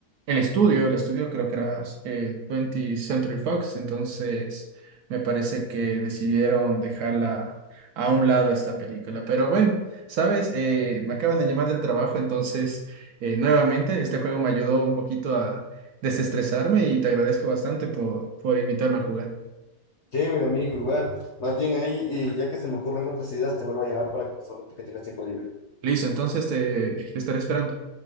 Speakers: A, on the right (about 70°); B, on the left (about 60°).
A: el estudio, el estudio creo que era eh, 20 Century Fox, entonces me parece que decidieron dejarla a un lado esta película. Pero bueno, sabes, Eh, me acaban de llamar del trabajo, entonces eh, nuevamente este juego me ayudó un poquito a desestresarme y te agradezco bastante por, por invitarme a jugar.
B: Chévere, amigo, igual. Más bien ahí, y ya que se me ocurren otras ideas, te vuelvo a llamar para que, pues, ahora tú que tengas tiempo libre.
A: Listo, entonces te estaré esperando.